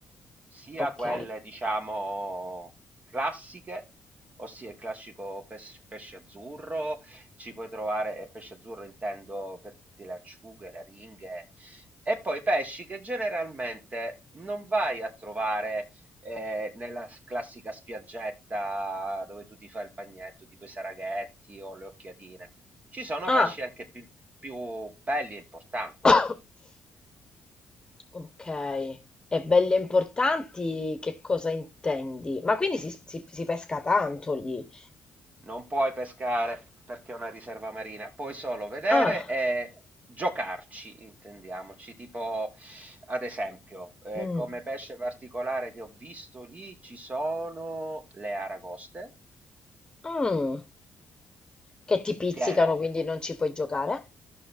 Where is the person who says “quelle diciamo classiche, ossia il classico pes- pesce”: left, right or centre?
Right